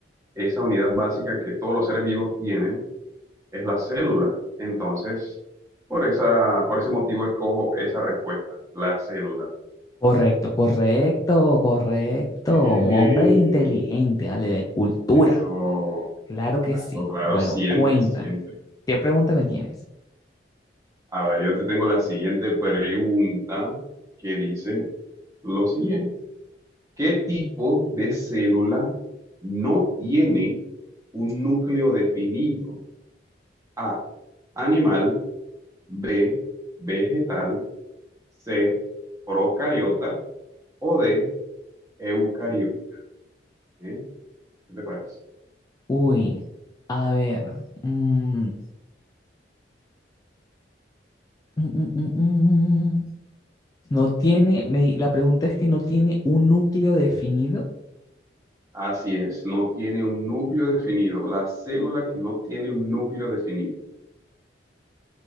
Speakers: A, on the right; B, on the left.
A: esa unidad básica que todos los seres vivos tienen es la célula. Entonces, por esa, por ese motivo escojo esa respuesta, la célula.
B: Correcto, correcto, correcto.
A: Eh,
B: Un hombre inteligente, dale De cultura.
A: eso,
B: Claro que
A: claro,
B: sí.
A: claro,
B: Bueno,
A: siempre,
B: cuéntame.
A: siempre.
B: ¿Qué pregunta me tienes?
A: A ver, yo te tengo la siguiente pregunta que dice lo siguiente. ¿Qué tipo de célula no tiene un núcleo definido? A, animal, B, vegetal, C, procariota o D, eucariota. ¿Eh? ¿Qué te parece?
B: Uy, a ver. mm, mm, mm, mm, mm. mm. No tiene, me la pregunta es que no tiene un núcleo definido.
A: Así es, no tiene un núcleo definido, la célula que no tiene un núcleo definido.